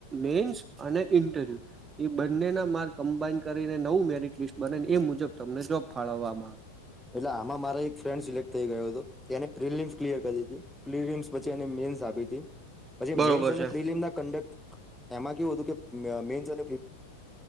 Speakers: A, on the right (about 20°); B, in the centre.
A: મેન્સ અને ઇન્ટરવ્યુ એ બંને ના માર્ગ કમ્બાઇન કરીને નવું મેરિટ લીસ્ટ બનેને એ મુજબ તમને જોબ ફાળવવામાં આવે
B: એટલે આમાં મારા એક ફ્રેન્ડ સિલેક્ટ થઈ ગયો હતો તે એને પ્રિલિમ ક્લિયર કરી હતી પ્રિલયમસચે એ મેન્સ આપી હતી પછી
A: બરોબર
B: મેન્સ અને
A: છે
B: પ્રિલિયમ ના કંડક્ટ એમાં કેવું હતું કે મે અને મેન્સ કર